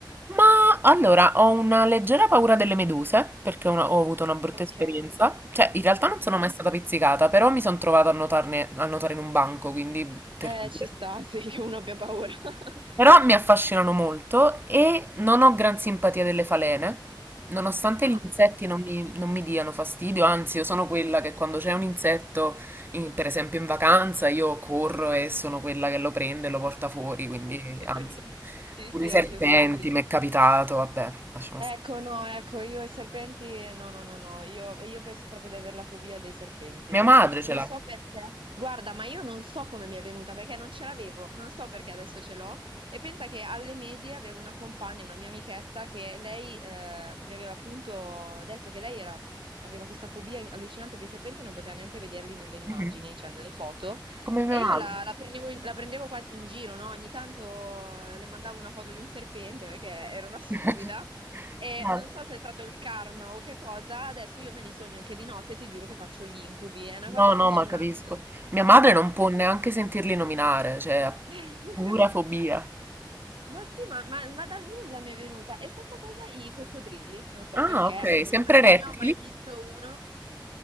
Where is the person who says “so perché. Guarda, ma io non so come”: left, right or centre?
Right